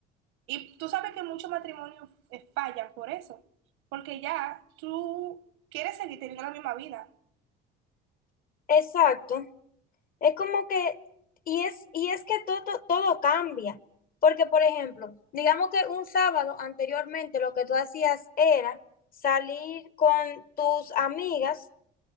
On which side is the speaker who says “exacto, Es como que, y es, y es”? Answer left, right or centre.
Left